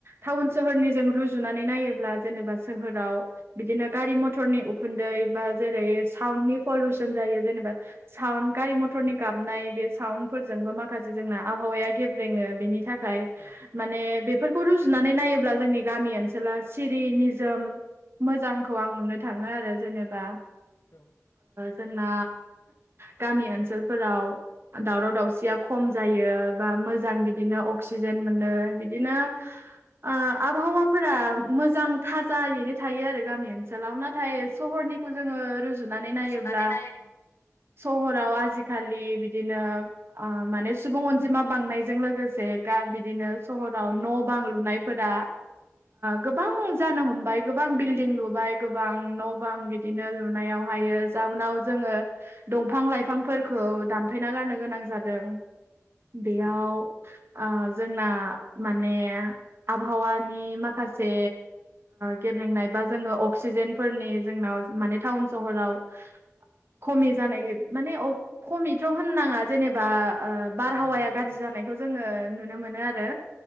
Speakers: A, on the right; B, on the left.
A: टाउन सोहोरनि जों रुजुनानै नायोब्ला जेनेबा सोहोराव। बिदिनो गारि मथरनि उखुन्दै बा जेरै--साउडनि पलिउसन जायो जेनेबा साउन्ड गारि मटरनि गाबनाय बे साउन्डफोरजोंबो माखासे जोंना आबहावाया गेब्रेङो बेनि थाखाय ना
B: औ
A: माने बेफोरखौ रुजुनानै नायोब्ला जोंनि गामि ओनसोला सिरि निजोम। मोजांखौ आं नुनो थाङो आरो जेनेबा।
B: औ।
A: जोंना गामि ओनसोलफोराव। दावराव दावसिया खम जायो बा मोजां बिदिनो अक्सिजेन मोनो बिदिनो। ओ आबहावाफोरा मोजां थाज जायैनो थायो आरो गामि ओनसोलाव नाथाय सहरनिखौ जोंङो। गुजुनानै नायोब्ला
B: रुजुनानै नायो
A: सहराव आजिखालि बिदिनो। माने सुबुं अनजिमा बांनायजों लोगोसे दा बिदिनो सहराव न' बां लुनायफोरा गोबां जानो हमबाय। गोबां बिल्दिं लुबाय गोबां न' बां बिदिनो लु हायो जाउनाव जोङो दंफां लाइफांफोरखौ। दानफेना गारनो गोनां जादों बेयाव।
B: उम
A: जोंना माने आबहावानि माखासे गेब्लेंनाय बा जोङो अक्सिजेन फोरनि जोंनाव माने टाउन सहराव खमि जानाय माने खमिथ' होननाङा जेनेबा। बारहावाया
B: गुबुंनायनि
A: गाज्रि
B: थाखाय
A: जानायखौ जोङो नुनो मोनो आरो